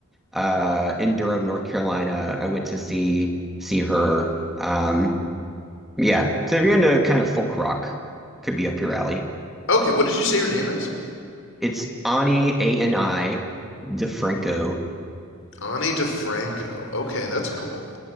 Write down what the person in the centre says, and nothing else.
uh, in Durham, North Carolina. I went to see see her. Um, yeah, so if you're into kind of folk rock, could be up your alley.
It's Ani A N I DeFranco.